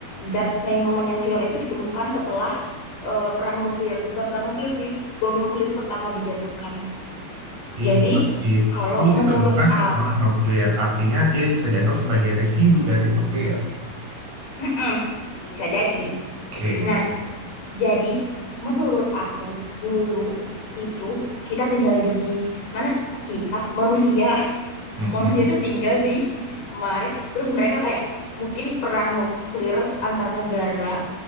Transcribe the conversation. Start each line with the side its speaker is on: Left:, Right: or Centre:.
Left: zat nah, yang namanya sinon itu ditemukan setelah eh, perang nuklir, bukan perang nuklir sih, bom nuklir pertama dijatuhkan. Jadi
Right: infak itu
Left: kalau
Right: ditemukan
Left: menurut aku,
Right: setelah nuklir, artinya dia bisa dianggap sebagai residu dari nuklir.
Left: <laughs> bisa jadi.
Right: Oke,
Left: Nah, Jadi, menurut aku dulu itu kita tinggal di mana? Kok kita manusia, <laughs>
Right: Mm-mm.
Left: manusia itu tinggal di Mars. Terus mereka kayak mungkin perang nuklir antar negara.